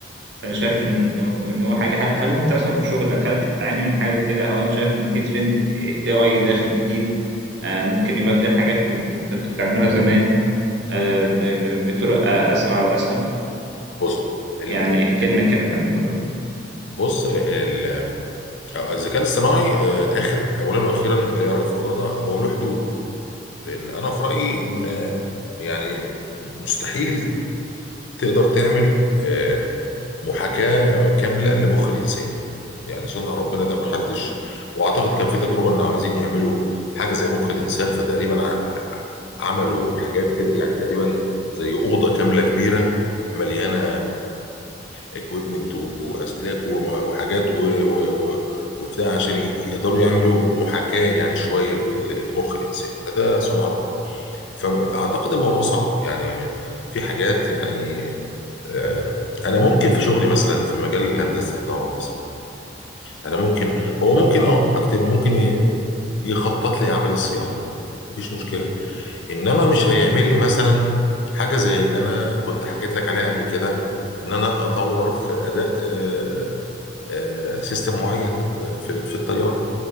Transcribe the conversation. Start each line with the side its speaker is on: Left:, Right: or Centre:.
Right: أنا شايف إنه إن هو حاجة هل, هل أنت مثلا في شغلك هل أنت بتعاني من حاجة زي كده هل أنت شايف إنه في ترند AI داخل جديد آه، ممكن يبدل حاجات كنت كنت بتعملوها زمان آه، ب- ب- بطرق آه، أسرع وأسهل
Left: بص ال...
Right: يعني
Left: ال...
Right: احكي لنا كده عن الموضوع ده
Left: بص ال... آه، الذكاء الاصطناعي آه، الاخر اولا واخيرا ليا راي في الموضوع ده هو له حدود لان انا في رايي ان آه، يعني مستحيل تقدر تعمل آه، محاكاه كامله لمخ الانسان يعني صنع ربنا ده ما حدش واعتقد كان في تجربه ان عايزين يعملوا حاجه زي مخ الانسان فتقريبا ع- عملوا حاجات كده يعني تقريبا زي اوضه كامله كبيره مليانه اكويبمنت واسلاك و- وحاجات و- و- و- وبتاع عشان ي- يقدروا يعملوا محاكاه يعني شويه لجو- لمخ الانسان فده صنع ربنا فاعتقد الموضوع صعب يعني في حاجات يعني آه، انا ممكن في شغلي مثلا في مجال هندسه الطيران مثلا انا ممكن هو ممكن اه اكتب ممكن ي- يخطط لي اعمال الصيانه مفيش مشكله انما مش هيعمل لي مثلا حاجه زي اللي انا كنت حكيت لك عليها قبل كده ان انا اطور في اداء آه، آه، سيستم معين في في في التيار